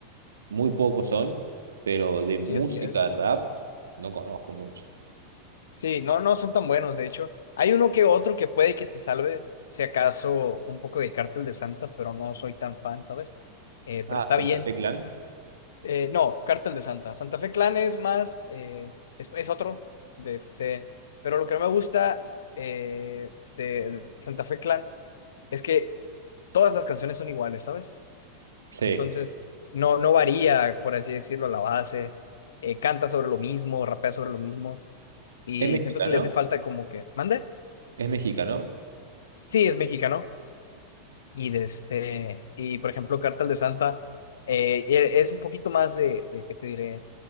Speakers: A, on the right; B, on the left.
A: muy pocos son, pero de música
B: sí, así es.
A: rap no conozco mucho.
B: Sí, no, no son tan buenos, de hecho. Hay uno que otro que puede que se salve, si acaso, un poco de Cártel de Santa, pero no soy tan fan, ¿sabes? Eh, pero
A: Ah,
B: está
A: Santa
B: bien.
A: Fe Clan.
B: Eh, no, Cártel de Santa. Santa Fe Clan es más, eh, es, es otro de este. Pero lo que no me gusta eh, de de Santa Fe Clan es que todas las canciones son iguales, ¿sabes?
A: Sí,
B: Entonces, no, no varía, por así decirlo, la base. eh, canta sobre lo mismo, rapea sobre lo mismo. Y
A: es mexicano,
B: siento que le hace falta como que, ¿mande?
A: es mexicano,
B: Sí, es mexicano. Y, de este, y por ejemplo, Cartel de Santa eh, e- es un poquito más de, de, ¿qué te diré?